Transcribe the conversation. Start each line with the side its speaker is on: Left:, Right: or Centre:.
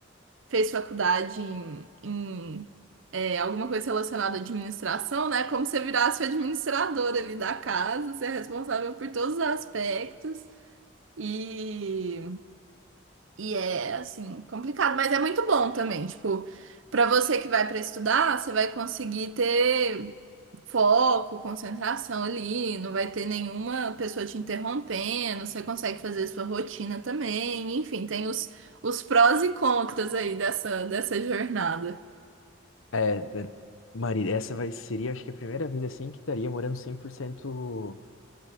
Right: fez faculdade em, em, é, alguma coisa relacionada à administração, né? Como você virasse o administrador ali da casa, você é responsável por todos os aspectos. E, e é, assim, complicado, mas é muito bom também. Tipo, para você que vai para estudar, você vai conseguir ter foco, concentração ali, não vai ter nenhuma pessoa te interrompendo, você consegue fazer sua rotina também, enfim, tem os, os prós e contras aí dessa, dessa jornada.
Left: É, é, Marília, essa vai, seria, acho que a primeira vez assim que estaria morando 100%